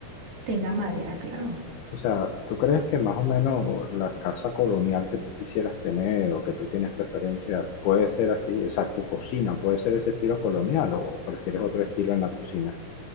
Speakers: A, on the right (about 60°); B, on the left (about 75°).
A: tenga madera, claro.
B: O sea, ¿tú crees que más o menos la casa colonial que tú quisieras tener o que tú tienes preferencia puede ser así? O sea, tu cocina puede ser ese estilo colonial o prefieres otro estilo en la cocina?